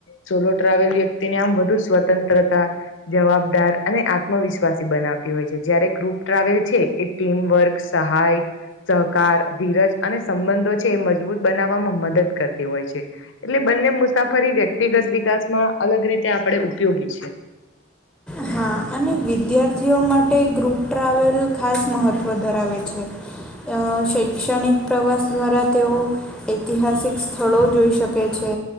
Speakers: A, on the left; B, in the centre.
A: સોલો ટ્રાવેલ વ્યક્તિને આમ વધુ સ્વતંત્રતા.. જવાબદાર અને આત્મવિશ્વાસી બનાવતી હોય છે જય્યારે ગૃપ ટ્રાવેલ છે એ. ટીમ વર્ક સહાય. સહકાર ધીરજ અને સંબંધો છે એ મજબૂત બનાવવામાં મદદ કરતી હોય છે. એટલે બંને મુસાફરી વ્યક્તિગત વિકાસમાં અલગ રીતે આપડે ઉપયોગી છે.
B: હા, અને વિદ્યાર્થીઓ માટે ગ્રુપ ટ્રાવેલ ખાસ મહત્ત્વ ધરાવે છે. અ શૈક્ષણિક પ્રવાસ દ્વારા તેઓ.. ઐતિહાસિક સ્થળો જોઈ શકે છે.